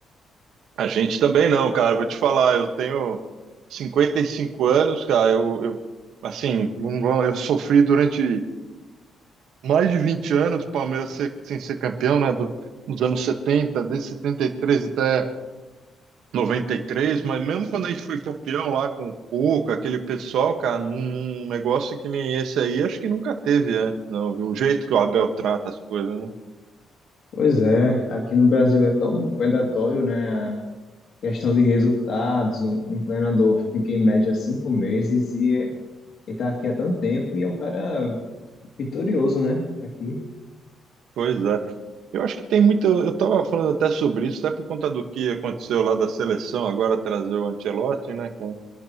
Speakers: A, on the right; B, on the left.
A: A gente também não, cara. Vou te falar, eu tenho 55 anos, cara. Eu, eu assim, não vou- eu sofri durante mais de 20 anos o Palmeiras ser- sem ser campeão, né? do- dos anos 70, desde 73 até 93, mas mesmo quando a gente foi campeão lá com o Cuca, aquele pessoal, cara, num, num negócio que nem esse aí, acho que nunca teve antes, não, viu? O jeito que o Abel trata as coisas, né?
B: Pois é, aqui no Brasil é tão predatório, né? A questão de resultados. Um, um treinador fica em média cinco meses e, e tá aqui há tanto tempo e é um cara vitorioso, né? Aqui.
A: Pois é. Eu acho que tem muito. Eu tava falando até sobre isso, até por conta do que aconteceu lá da seleção, agora trazer o Ancelotti, né, cara?